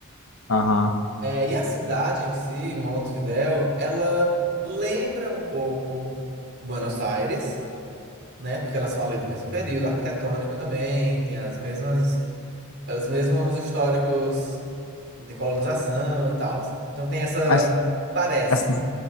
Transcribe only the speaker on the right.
É, e a cidade em si, Montevidéu, ela lembra um pouco Buenos Aires. né? Porque elas são ali do mesmo período arquitetônico também, tem as mesmas, os mesmos históricos de colonização e tal. Então tem essa,
parece,